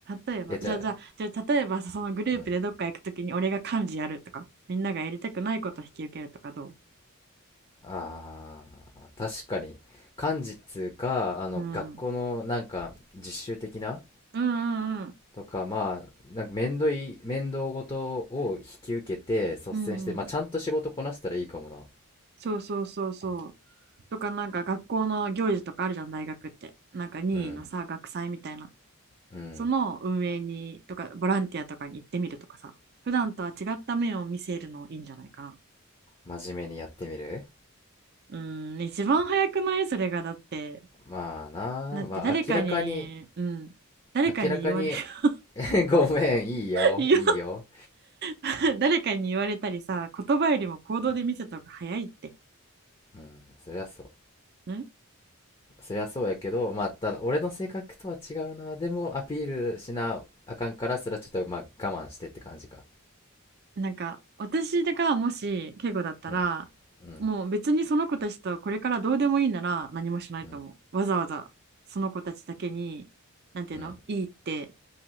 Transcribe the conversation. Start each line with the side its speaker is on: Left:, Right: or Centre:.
Right: 例えば、
Left: いや、じゃあ、
Right: じゃあ、じゃあ、じゃあ例えば、そのグループでどっか行くときに俺が幹事やるとか、
Left: うん。
Right: みんながやりたくないことを引き受けるとかど
Left: あー、確かに。漢字っつうか、あの、
Right: ううん。
Left: 学校のなんか、実習的な
Right: うんうんうん。
Left: とか、まあ、なんか面倒い、面倒ごとを引き受けて、率先して、
Right: うんうん。
Left: まあちゃんと仕事こなしたらいいかもな。
Right: そうそうそうそう。とか、なんか学校の行事とかあるじゃん、大学って。なんか任意のさ、
Left: うん、
Right: 学祭みたいな。
Left: うん。
Right: その運営に、とか、ボランティアとかに行ってみるとかさ。普段とは違った面を見せるのいいんじゃないかな。
Left: 真面目にやってみる
Right: うん、一番早くないそれが、だって。
Left: まあな、
Right: だって誰かに、
Left: まあ明らかに、
Right: うん、誰かに言われ、
Left: 明らかに
Right: <laughs>
Left: <laughs>、ごめん、いいよ、
Right: 言
Left: いいよ。
Right: <laughs> 誰かに言われたりさ、言葉よりも行動で見せた方が早いって。
Left: うんそりゃそう
Right: ね
Left: そりゃそうやけどまあただ俺の性格とは違うなでもアピールしなあかんからそれはちょっとまあ我慢してって感じか
Right: なんか、私がもし、敬語だったら、
Left: うんうん
Right: もう別にその子たちとこれからどうでもいいなら何もしないと思う。
Left: うん
Right: わざわざ、その子たちだけに、なんていうのいいって、
Left: うん